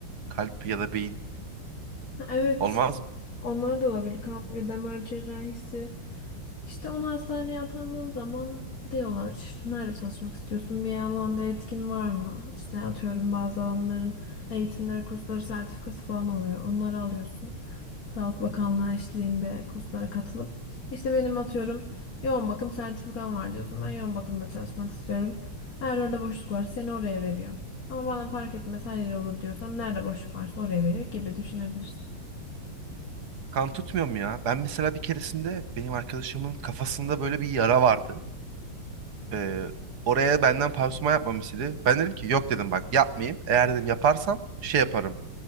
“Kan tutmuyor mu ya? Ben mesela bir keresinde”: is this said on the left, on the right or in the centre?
Right